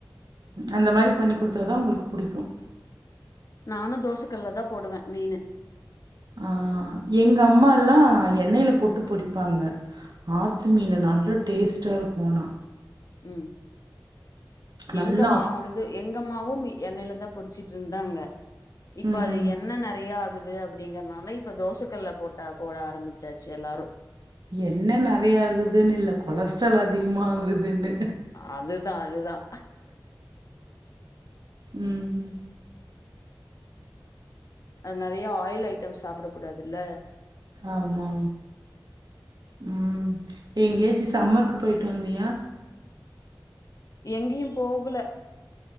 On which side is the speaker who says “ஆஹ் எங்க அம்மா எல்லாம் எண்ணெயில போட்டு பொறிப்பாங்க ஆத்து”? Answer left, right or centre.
Right